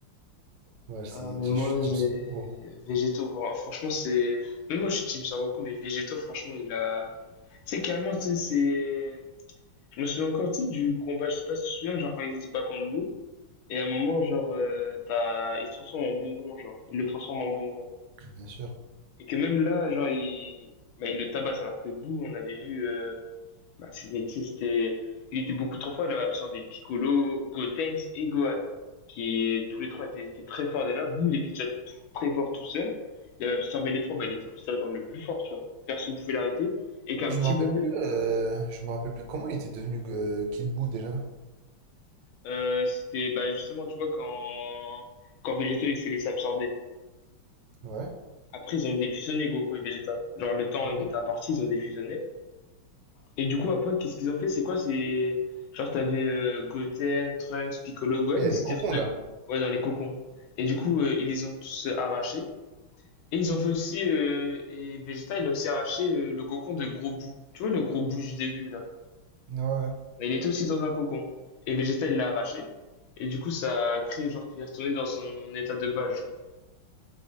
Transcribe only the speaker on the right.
Ouais, c'est
je
suis Team
Son hein,
bien sûr.
Je
me rappelle
plus euh, je me rappelle plus comment il était devenu euh, Kid Buu déjà.
Ouais.
Ouais.
Ouais, il y
a les
cocons
là.
Ouais. ouais.